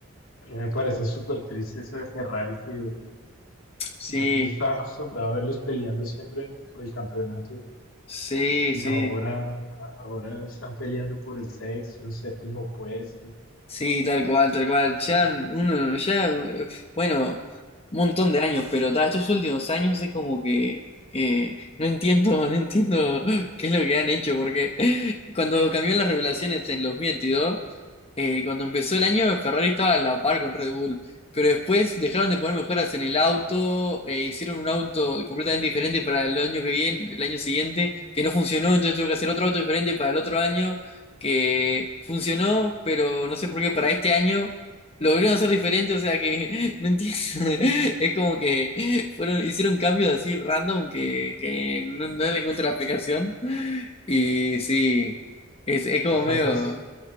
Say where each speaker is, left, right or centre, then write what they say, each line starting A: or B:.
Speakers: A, on the left; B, on the left.
A: Y me parece súper triste eso de Ferrari que
B: Sí,
A: yo, yo estaba acostumbrado a verlos peleando siempre por el campeonato
B: sí,
A: y
B: sí.
A: ahora, ahora están peleando por el sexto, séptimo puesto.
B: Sí, tal cual, tal cual.
A: <laughs>
B: Ya uno, ya, eh, bueno, un montón de años, pero ta, estos últimos años es como que eh, no entiendo, <laughs> no entiendo qué es lo que han hecho, porque cuando cambió las revelaciones en los veintidós eh, cuando empezó el año, Ferrari estaba a la par con Red Bull, pero después dejaron de poner mejoras en el auto, eh, hicieron un auto completamente diferente para el año que viene, el año siguiente, que no funcionó, entonces tuvo que hacer otro auto diferente para el otro año, que funcionó, pero no sé por qué para este año lo volvieron a hacer diferente, o sea que <laughs> no entiendo, <laughs> es como que fueron, hicieron cambios así random que, que no, no le encuentro la explicación, y sí, es, es como
A: Tal
B: medio...
A: vez,